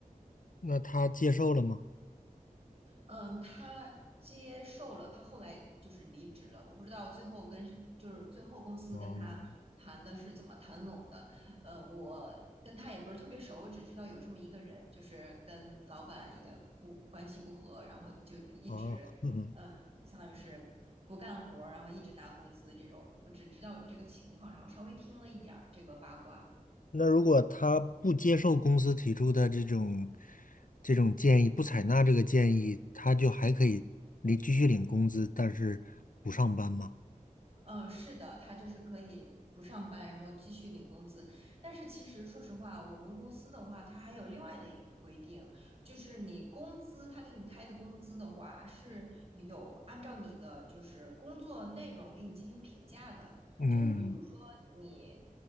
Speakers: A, on the left; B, on the right.
A: 那他接受了吗？
B: 嗯，他接受了，他后来就是离职了。我不知道最后跟就是最后公司跟他谈的是怎么谈拢的。
A: 哦
B: 呃，我跟他也不是特别熟，我只知道有这么一个人，就是跟老板也不关系不和，然后就一直呃，
A: 啊，嗯，
B: 相当于是不干活儿，然后一直拿工资这种。我只知道有这个情况，然后稍微听了一点儿这个八卦。
A: 那如果他不接受公司提出的这种这种建议，不采纳这个建议，他就还可以领继续领工资，但是不上班吗？
B: 嗯，是的，他就是可以不上班，然后继续领工资。但是其实说实话，我们公司的话，它还有另外的一个规定，就是你工资，他给你开的工资的话，是有按照你的就是工作内容给你进行评价的。
A: 嗯
B: 就是比如说你，